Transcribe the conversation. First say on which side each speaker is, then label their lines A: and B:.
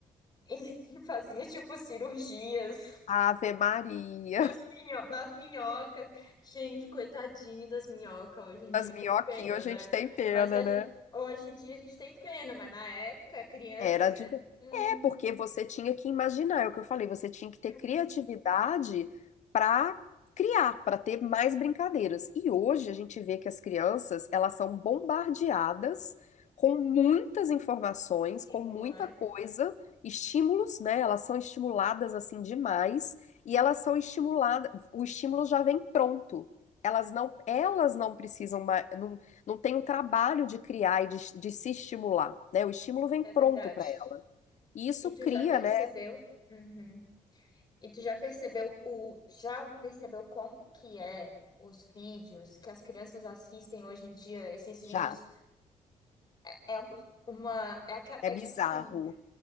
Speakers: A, on the left; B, on the left.
A: <laughs> e fazia tipo cirurgias.
B: Ave Maria.
A: Nas minho- nas minhocas. Gente, coitadinho das minhocas.
B: <laughs>
A: Hoje em dia
B: As
A: eu
B: minhoquinhas
A: tenho pena,
B: a gente
A: né?
B: tem pena,
A: Mas a
B: né?
A: gen- hoje em dia a gente tem pena, mas na época, criança,
B: Era de...
A: hum,
B: É, porque você tinha que imaginar, é o que eu falei, você tinha que ter
A: é
B: criatividade
A: um
B: para criar, para ter mais brincadeiras. E hoje a gente vê que as crianças, elas são bombardeadas com muitas informações,
A: estímulo,
B: com muita
A: né?
B: coisa, estímulos, né? Elas são estimuladas assim demais e elas são estimuladas, o estímulo já vem pronto. Elas não, elas não precisam mais, não tem o trabalho de criar e de, de se estimular, né? O estímulo vem
A: É
B: pronto
A: verdade.
B: para ela. E isso
A: E tu
B: cria,
A: já percebeu?
B: né?
A: Uhum. E tu já percebeu o, já percebeu como que é os vídeos que as crianças assistem hoje em dia? Esses vídeos
B: Já,
A: é uma, uma- é, aquela-
B: é
A: é
B: bizarro.
A: tipo assim,